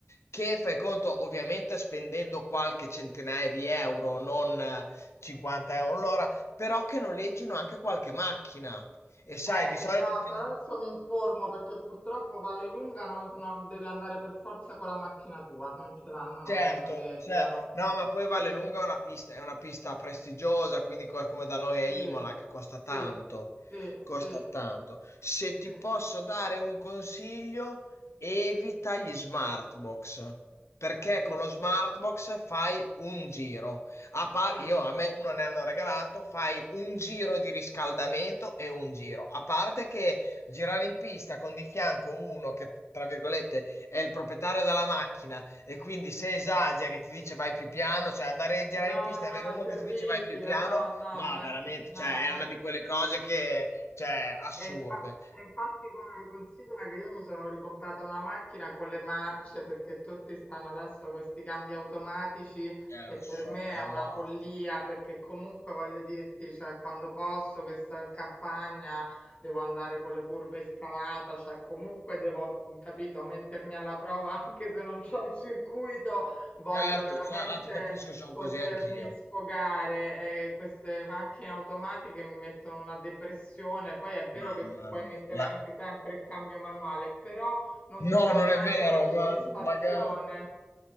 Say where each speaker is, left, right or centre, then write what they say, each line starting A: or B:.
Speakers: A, on the left; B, on the left.
A: che fai conto ovviamente spendendo qualche centinaia di euro, non eh, 50 euro l'ora, però che noleggino anche qualche macchina. E sai,
B: Eh,
A: di solito
B: esatto,
A: chi
B: adesso
A: non,
B: mi informo perché purtroppo Vallelunga non, non- devi andare per forza con la macchina tua, non ce l'hanno, non
A: Certo,
B: le noleggiano.
A: cioè, no, ma poi Vallelunga
B: Eh,
A: è una pista, è una pista prestigiosa, quindi co- come da noi a
B: sì,
A: Imola, che costa tanto,
B: sì, sì,
A: costa
B: sì,
A: tanto. Se ti
B: sì,
A: posso dare un consiglio, evita gli smart box, perché
B: sì,
A: con lo smart box fai un giro. A par-
B: sì.
A: io, a me uno ne hanno regalato, fai un giro di riscaldamento e un giro. A parte che girare in pista con di fianco uno che, tra virgolette, è il proprietario della macchina e quindi se esageri ti dice vai più piano, cioè andare a girare
B: No,
A: in pista
B: no,
A: e avere
B: è
A: uno
B: terribile,
A: che ti dice vai più piano,
B: no, no,
A: ma
B: ma,
A: veramente,
B: inf- no,
A: cioè,
B: ma
A: è una di quelle cose che, cioè, assurde.
B: E infa- e infatti guarda, considera che io mi sono ricomprata una macchina con le marce perché tutti stanno adesso con questi cambi automatici
A: Eh,
B: e
A: lo
B: per
A: so,
B: me
A: è la
B: è una
A: morte.
B: follia perché comunque voglio dirti, cioè, quando posso che sto in campagna devo andare con le curve in scalata, cioè comunque devo, capito, mettermi alla prova <laughs> anche se non c'ho il circuito, voglio
A: Certo,
B: veramente
A: cioè, ah, ti capisco, sono
B: potermi
A: così anch'io.
B: sfogare. eh, queste macchine automatiche mi mettono una depressione. Poi è vero
A: Mamma
B: che ci puoi
A: mia.
B: mettere
A: La-
B: anche sempre il cambio manuale, però non
A: No,
B: ti dà
A: non
B: mai
A: è vero,
B: quella soddisfazione.
A: guarda, magari.